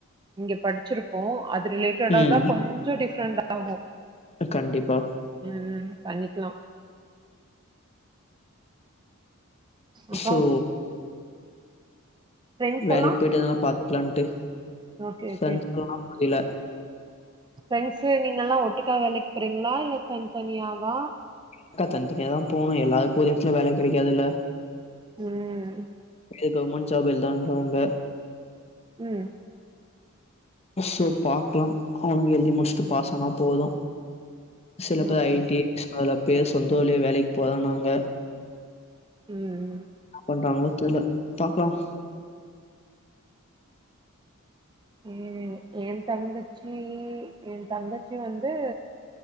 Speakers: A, on the right; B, on the left.
A: இங்க படிச்சிர்ப்போம் அது ரிலேட்டடாதா
B: ம்
A: கொஞ்ச டிஃப்ரெண்ட் ஆகு
B: கண்டிப்பா
A: ம் ம் பண்ணிக்லாம் அப்றோ
B: சோ
A: ஃப்ரெண்ட்ஸ்
B: வேலைக்
A: எல்லா
B: போய்ட்டு தா பாத்துக்லான்ட்டு
A: ஓகே
B: சன்
A: ஓகே
B: <unintelligible> முடில
A: ப்ரெண்ட்ஸ் நீங்கலா ஒட்டுக்கா வேலைக் போறீங்களா இல்ல தனி தனியாவா
B: அக்கா தன் தனியா தா போணு எல்லருக்கு ஓரே எடத்துல வேல கெடைக்காதுல்ல
A: ம்
B: இது கவுமண்ட் ஜாப் எல்லான்றாங்க
A: ம்
B: ஸோ பாக்கலாம் அவுனுங்க எழுதி முடிச்சுட்டு பாஸ் ஆனா போது சில பேர்
A: ஓகே
B: ஐ டி சில பேர் சொந்த ஊர்லே வேலைக் போறன் நாங்க
A: ம் ம்
B: பண்றாங்களோ தெர்ல பாக்லாம்
A: ம் என் தங்கச்சி என் தங்கச்சி வந்து